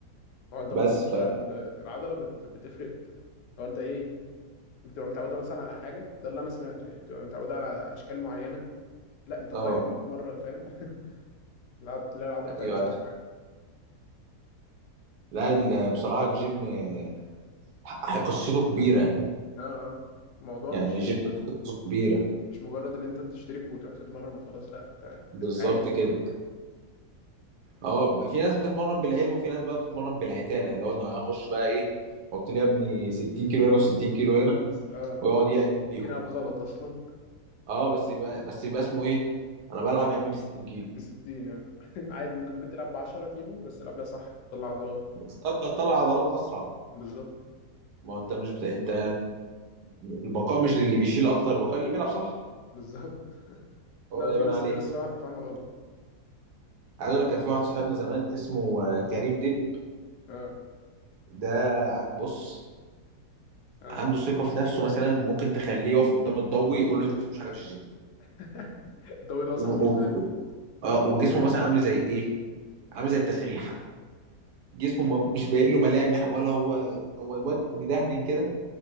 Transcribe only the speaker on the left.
هو انت
برضو
آه، ال- العضلة بت... بتفرق لو انت ايه بتبقى متعودة مثلا على حاجة ده اللي أنا سمعته يعني بتبقى متعودة على أشكال معينة لا أنت
غير مرة فاهم <laughs> العض- تلاقي العضلة فاقت
شوية
جامد
اه آه. الموضوع
مش
مش مجرد ان انت تشترك وتروح تتمرن وخلاص لا انت
ده علم
برضه
بس اه
ممكن العب غلط اصلا
ب 60 اه <laughs> عادي ممكن ممكن تلعب ب 10 كيلو بس العب بيها صح تطلع عضلات
بالظبط
بالظبط
لا
في ناس
في ناس فا- فاهمه غلط
اه
اه
<laughs> الدوري ده اصلا
ما فيش
زيه